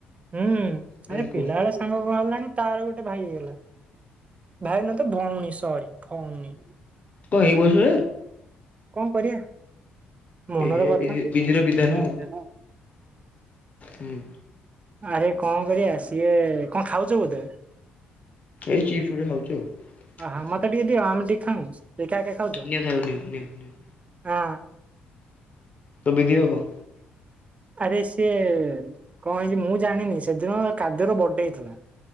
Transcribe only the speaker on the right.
ହୁଁ
ଆରେ
ପିଲା ବେଳେ ସାଙ୍ଗ କହାର ଲାଣି। ତାର ଗୋଟେ ଭାଇ ହେଇଗଲା। ଭାଇନା ତ ଭଉଁଣି ସରି ଭଉଁଣି।
କଣ କରିବା ମନରେ
ହଁ
ଆରେ କଣ କରିବା ସିଏ କଣ ଖାଉଛ ବୋଧେ
ଅହଁ ମତେ ଟିକେ ଦିଅ ଆମ ଟିକେ ଖାଉ ଏକା ଏକା ଖାଉଛ
ହଁ
ଆରେ ସେ କଣ ହେଇଛି ମୁଁ ଜାଣିନି ସେଦିନ କାଦ୍ୟର ବର୍ଡେ ହେଇଥିଲା